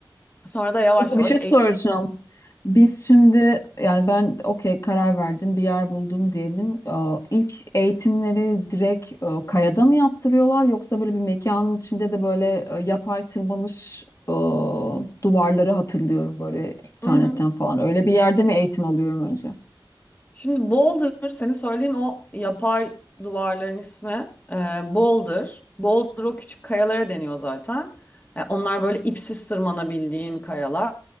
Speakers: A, on the left; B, on the left.
A: Sonra da yavaş
B: Peki
A: yavaş
B: bir şey soracağım.
A: eğitim.
B: Biz şimdi yani ben okey karar verdim bir yer buldum diyelim. Aa, İlk eğitimleri direkt e, kayada mı yaptırıyorlar yoksa böyle bir mekanın içinde de böyle e, yapay tırmanış e, duvarları hatırlıyorum böyle internetten
A: Hı hı.
B: falan. Öyle bir yerde mi eğitim alıyorum önce?
A: Şimdi Boulder, senin söylediğin o yapay duvarların ismi e, Boulder. Boulder o küçük kayalara deniyor zaten. E, onlar böyle ipsiz tırmanabildiğin kayalar.